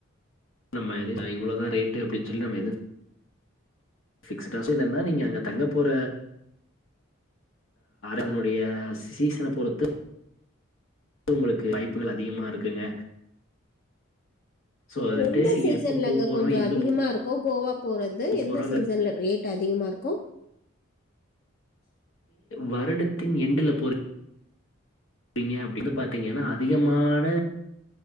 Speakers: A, on the left (about 75°); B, on the left (about 45°).
A: நம்ம எது இவ்வளோதான் ரேட்டு அப்படின்னு சொல்லி நம்ம எது ஃபிகஸ் டஃப்பேன நீங்க அங்க தங்க போற அதனுடைய சீசன பொறுத்து உங்களுக்கு வாய்ப்புகள் அதிகமா இருக்குங்க சோ வந்துட்டு
B: எந்த சீசன்லங்க
A: எப்ப போ போறோ
B: கொஞ்சம்
A: எங்க
B: அதிகமா
A: போ
B: இருக் கும் கோவ போறது எந்த
A: போறோ
B: சீசன்ல ரே ட் அதிகமா இருக்கும்
A: வருடத்தின் எண்டல போறீங்க அப்பட பாார்த்தீங்கன்னா அதிகமான